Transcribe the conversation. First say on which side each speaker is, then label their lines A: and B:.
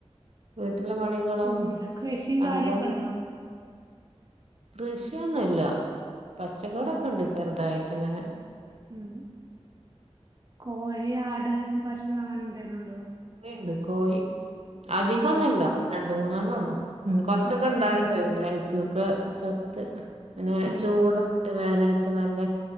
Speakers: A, on the right; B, on the right.
A: വീട്ടിലെ പണികളും
B: പിന്നെ കൃഷിയും കാര്യൊക്കെ
A: അഞ്ചാ
B: ഉണ്ടോ
A: കൃഷിയൊന്നുല്ല പച്ചക്കറൊക്കെ
B: ആഹ്
A: ണ്ട് ചെറുതായിട്ട്ങ്ങനെ
B: ഉം കോഴി ആട് പശു അങ്ങനെ എന്തെലും ണ്ടോ
A: എടുക്കോയി അധികൊന്നുല്ല
B: ഉം
A: രണ്ടു മൂന്നെണ്ണണം ള്ളു ഉ കൊറച്ചൊക്കെ
B: അതെല്ലേ
A: ഉണ്ടായി കഴ അക്ക്ക്കെ ചത്ത് അങ്ങനെ
B: ഉം
A: ചൂട ഇട്ട് വേനൽക്ക് നല്ല